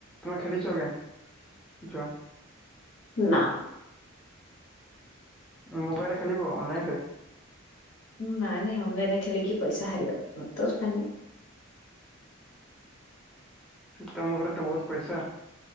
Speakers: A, in the centre; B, on the left.
A: ତୁମେ ଖେଲିଛ କେ ଜୁଆ।
B: ନା।
A: ମୋବାଇଲରେ ଖେଲିବ ଅନ ଲାଇନ ରେ।
B: ହୁଁ ନାଇଁ ନାଇଁ ଅନଲାଇନରେ ଖେଳିକି ପଇସା ହାରିବା ଦରକାର ନାହିଁ।
A: ତମ ଘରେ ତ ବହୁତ ପଇସା।